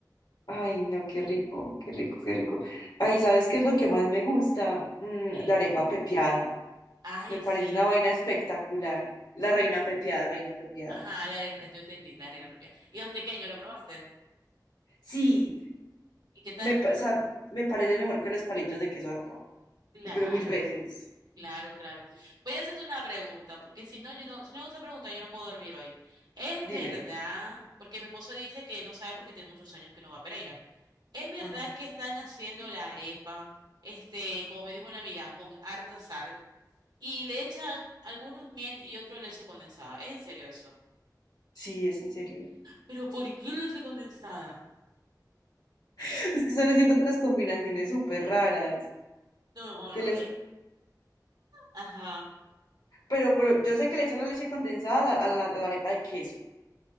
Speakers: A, on the left (about 70°); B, on the right (about 75°).
A: Ay, no, qué rico, qué rico, qué rico. Ay, ¿sabes qué es lo que más me gusta? Mm,
B: Eh,
A: la arepa pepiada.
B: ay,
A: Me parece
B: sí,
A: una vaina espectacular. La reina pepiada, reina pepiada.
B: ajá, la arena, yo entendí, la arena propia. ¿Y los pequeños, lo probaste?
A: Sí,
B: ¿Y qué tal?
A: me, pa- o sea, me parece mejor que los palitos de queso de acá,
B: Claro.
A: pero mil veces.
B: Claro, <laughs> claro. Voy a hacerte una pregunta, porque si no, yo no, si no hago esa pregunta, yo no puedo dormir hoy. ¿Es
A: Dime.
B: verdad? Porque mi esposo dice que no sabe porque tiene muchos años que no va a Pereira. ¿Es verdad
A: Ajá.
B: que están haciendo la arepa, este, como me dijo una amiga, con harta sal y le echan algunos miel y otro leche condensada? ¿Es en serio eso?
A: Sí, es en serio.
B: ¿Pero por qué leche condensada?
A: <laughs> Es que están haciendo unas combinaciones súper raras
B: No,
A: que
B: no,
A: les
B: no. eh, Ajá.
A: Pero, pero yo sé que le echan la leche condensada a la, a la- a la arepa de queso.